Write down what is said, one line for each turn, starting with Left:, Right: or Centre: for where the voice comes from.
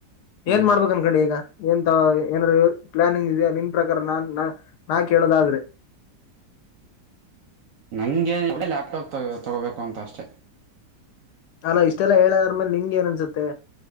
Right: ಹ್ಞೂ
Left: ಏನ್ ಮಾಡ್ಬೇಕ ಅನ್ಕೊಂಡಿ ಈಗ ಏನ್ಂತ ಏನಾದ ಪ್ಲಾನಿಂಗ್ ಇದೆಯಾ ನಿನ್ ಪ್ರಕಾರ ನಾನ್ ನಾ ಕೇಳೋದಾದ್ರೆ
Right: ನಂಗೆ ಒ ಲ್ಯಾಪ್ಟಾಪ್ ತಗೋಬೇಕು ಅಂತ ಅಷ್ಟೆ
Left: ಅಲ್ಲ ಇಷ್ಟೆಲ್ಲಾ ಹೇಳದಾರ್ಮೇಲೆ ನಿಂಗ ಏನ್ ಅನ್ಸುತ್ತೆ